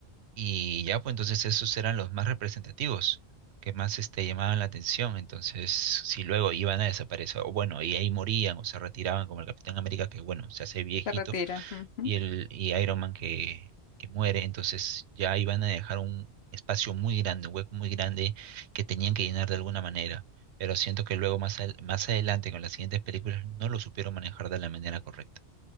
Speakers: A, on the right; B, on the left.
A: Y ya, pues entonces esos eran los más representativos, los que más este, llamaban la atención. Entonces, si luego iban a desaparecer, o bueno, y ahí morían o se retiraban, como el Capitán América, que bueno, se hace viejito,
B: Se retira. ujú.
A: y, el, y Iron Man que, que muere, entonces ya iban a dejar un espacio muy grande, un hueco muy grande que tenían que llenar de alguna manera. Pero siento que luego más, al- más adelante, con las siguientes películas, no lo supieron manejar de la manera correcta.